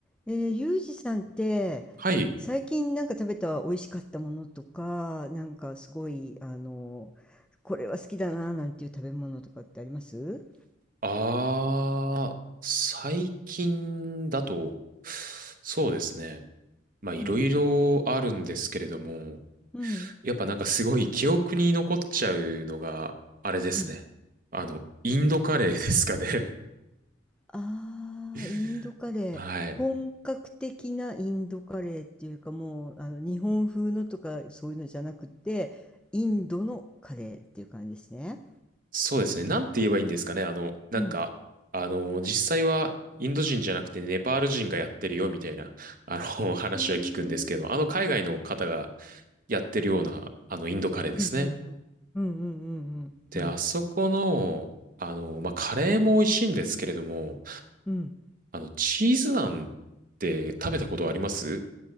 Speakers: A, in the centre; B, on the right (about 45°).
A: えー、ゆうじさんって
B: はい。
A: 最近なんか食べた美味しかったものとかなんかすごいあのこれは好きだななんていう食べ物とかってあります
B: ああ、最近だと、そうですね。まあ、いろいろあるんですけれども、
A: うん、うん
B: やっぱなんかすごい記憶に残っちゃうのが、あれですね。
A: うん
B: あの、インドカレーですかね。
A: ああーインドカレー本格的なインドカレーっていうかもうあの日本風のとかそういうのじゃなくてインドのカレーっていう感じですね。
B: <laughs> はい。そうですね。なんて言えばいいんですかね。あの、なんか、
A: うん
B: あの、実際はインド人じゃなくてネパール人がやってるよみたいな、あの、話は聞くんですけど、
A: へえ
B: あの海外の方がやってるような、あの、インドカレーですね。
A: うんうんうんうんうんうんうんうん
B: で、あそこの、あの、まあ、カレーも美味しいんですけれども、
A: うん
B: あの、チーズナンって食べたことあります